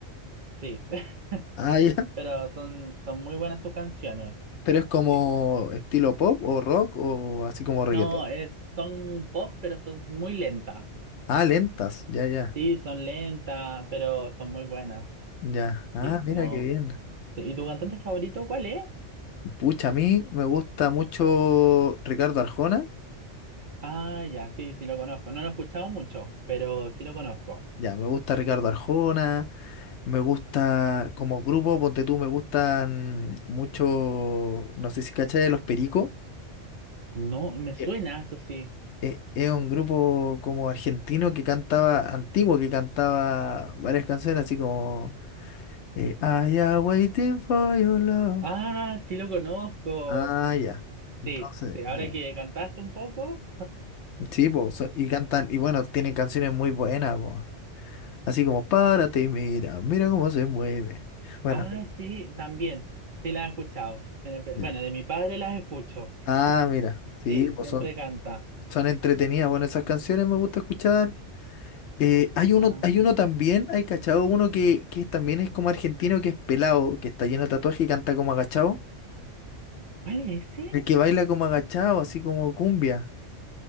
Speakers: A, on the right; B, on the left.
A: Sí, <laughs>
B: Ah, ya. <laughs>
A: pero son, son muy buenas sus canciones.
B: Pero es como
A: Sí.
B: estilo pop o rock o así como reggaetón.
A: No, es, son pop, pero son muy lentas.
B: Ah, lentas, ya, ya,
A: Sí, son lentas, pero son muy buenas.
B: ya. Ah,
A: Sí,
B: mira
A: no.
B: qué bien.
A: Sí, ¿Y tu cantante favorito cuál es?
B: Pucha, a mí me gusta mucho Ricardo Arjona.
A: Ah, ya, sí, sí lo conozco. No lo he escuchado mucho, pero sí lo conozco.
B: Ya, me gusta Ricardo Arjona. Me gusta como grupo, ponte tú, me gustan mucho, no sé si cachai, Los Pericos.
A: No, me suena,
B: que
A: eso sí.
B: e- Es un grupo como argentino que cantaba, antiguo, que cantaba varias canciones así como eh, I am waiting for your love.
A: Ah, sí lo conozco.
B: Ah, ya. Entonces,
A: Sí, sí, ahora
B: ya.
A: que cantaste un poco.
B: Sí, po, so- y cantan, y bueno, tienen canciones muy buenas, po. Así como, párate y mira, mira cómo se mueve. Bueno,
A: Ay, sí, también. Sí la he escuchado. En el pe-
B: ya.
A: bueno, de mi padre las escucho.
B: Ah, mira, sí,
A: Sí,
B: pues
A: siempre
B: son,
A: canta.
B: son entretenidas. Bueno, esas canciones me gusta escuchar. Eh, hay uno,
A: Ah,
B: hay uno también, hay cachado, uno que, que también es como argentino, que es pelado, que está lleno de tatuaje y canta como agachado.
A: ¿cuál es ese?
B: El que baila como agachado, así como cumbia.